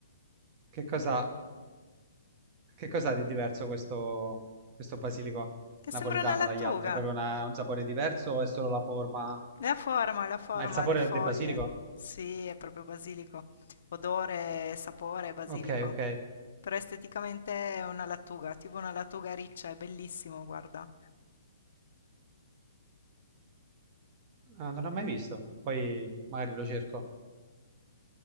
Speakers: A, on the right; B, on the left.
A: che cosa, che cosa ha di diverso questo, questo basilico
B: Che
A: napoletano
B: sembra una lattuga.
A: dagli altri? Proprio una- un sapore diverso o è solo la forma?
B: La forma, la forma,
A: Ma il sapore
B: le foglie.
A: del basilico?
B: Sì, è proprio basilico. Odore, sapore, basilico.
A: Ok, ok.
B: Però esteticamente è una lattuga, tipo una lattuga riccia, è bellissimo, guarda.
A: Ah, non l'ho mai visto, poi magari lo cerco.